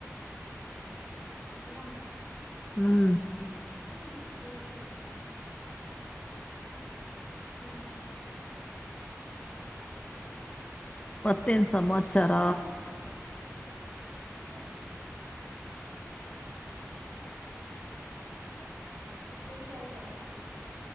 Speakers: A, on the right; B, on the left.
A: ಅಂತ ಮೇಡಮ್
B: ಹ್ಮ್
A: ಹ್ಮ ಒಂದ ಕೊಡ್ ಹ್ಮ್ ಕೊಟ್ಟ ಇಲ್ಲ
B: ಮತ್ತೇನ್
A: ನ
B: ಸಮಾಚಾರ
A: ಅದೇ ಅಲ್ಲ ನಿಮ್ದ ಆಾಯ್ತಾ